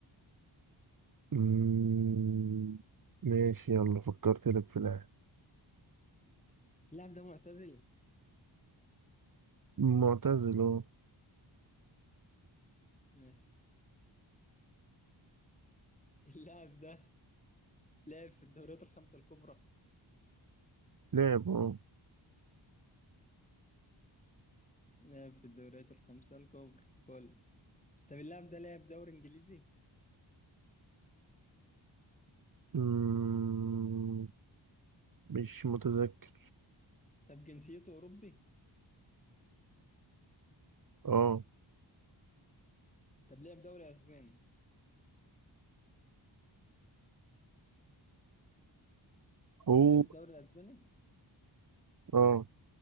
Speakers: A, on the right (about 45°); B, on the left (about 15°).
A: مم، ماشي يلا فكرت لك في لاعب
B: اللاعب ده معتزل
A: معتزل أه
B: ماشي اللاعب ده لعب في الدوريات الخمسة الكبرى
A: لاعب أه
B: لعب في الدوريات الخمسة الكبرى كل طب اللاعب ده لعب دوري انجليزي
A: مم، مش متذكر
B: طب جنسيته اوروبي
A: أه
B: طب لعب دوري اسباني
A: هو
B: لعب الدوري الاسباني
A: أه